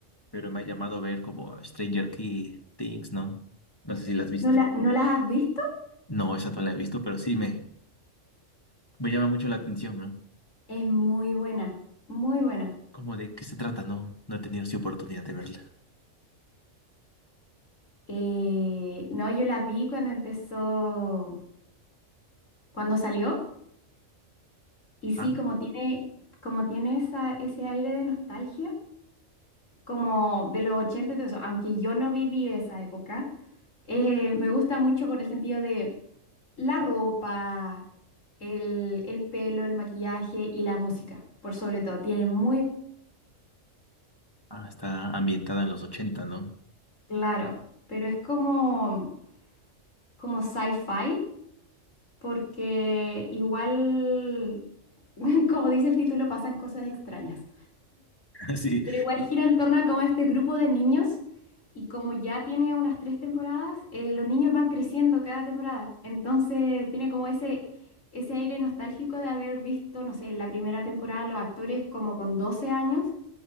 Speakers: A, on the left; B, on the left.
A: pero me ha llamado a ver como Stranger Key Things, ¿no? No sé si la has visto.
B: ¿No la, no las has visto?
A: No, esa no la he visto, pero sí me, Me llama mucho la atención, ¿no?
B: Es muy buena, muy buena.
A: ¿Cómo de qué se trata? No, no he tenido así oportunidad de verla.
B: Eh, no, yo la vi cuando empezó, cuando salió, y sí,
A: Ah,
B: como tiene, como tiene esa, ese aire de nostalgia, como de los 80, y todo eso, aunque yo no viví esa época, eh, me gusta mucho por el sentido de la ropa, el, el pelo, el maquillaje y la música, por sobre todo, tiene muy
A: ah, está ambientada en los ochenta, ¿no?
B: claro, pero es como, como sci-fi, porque igual, <laughs> como dice el título, pasan cosas extrañas.
A: <laughs> Sí,
B: Pero igual gira en torno a como este grupo de niños y como ya tiene unas tres temporadas, eh, los niños van creciendo cada temporada. Entonces tiene como ese, ese aire nostálgico de haber visto, no sé, en la primera temporada los actores como con 12 años